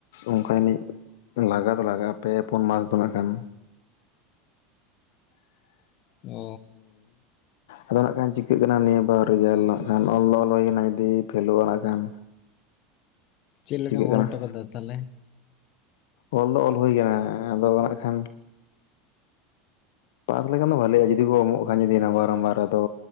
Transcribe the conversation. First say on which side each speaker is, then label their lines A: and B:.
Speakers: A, on the left; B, on the left.
A: ᱚᱱᱠᱟ ᱮᱱᱤᱡ ᱞᱟᱜᱟ ᱫᱚ ᱞᱟᱜᱟᱜᱼᱟ ᱯᱮ ᱯᱩᱱ ᱢᱟᱥ ᱫᱚ ᱱᱟᱜ ᱠᱷᱟᱱ᱾
B: ᱚ
A: ᱟᱫᱚ ᱱᱟᱜ ᱠᱷᱟᱱ ᱪᱤᱠᱟᱹᱜ ᱠᱟᱱᱟ ᱱᱤᱭᱟᱹ ᱵᱟᱨ ᱨᱮᱡᱟᱞᱴ ᱠᱷᱟᱱ ᱚᱞ ᱫᱚ ᱚᱞ ᱦᱩᱭ ᱠᱟᱱᱟ ᱡᱩᱫᱤ ᱯᱷᱮᱞᱳ-ᱟ ᱱᱟᱠᱷᱟᱱ᱾
B: ᱪᱮᱫ ᱞᱮᱠᱟᱢ
A: ᱠᱟᱱᱟ
B: ᱚᱞ ᱦᱚᱴᱚ ᱠᱟᱫᱟ ᱛᱟᱦᱚᱞᱮ?
A: ᱚᱞ ᱫᱚ ᱚᱞ ᱦᱩᱭ ᱟᱠᱟᱱᱟ ᱟᱫᱚ ᱱᱟᱜ ᱠᱷᱟᱱ ᱯᱟᱥ ᱞᱮᱠᱷᱟᱱ ᱫᱚ ᱵᱷᱷᱟᱞᱜᱼᱟ ᱡᱩᱫᱤ ᱠᱚ ᱮᱢᱚᱜ ᱠᱷᱟᱱ ᱡᱩᱫᱤ ᱱᱟᱢᱵᱟᱨ ᱱᱟᱢᱵᱟᱨ ᱟᱫᱚ